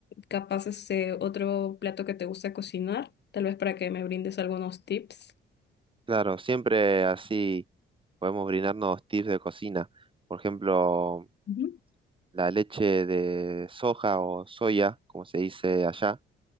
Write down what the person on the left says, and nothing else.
capaz este otro plato que te gusta cocinar, tal vez para que me brindes algunos tips.
Ujú.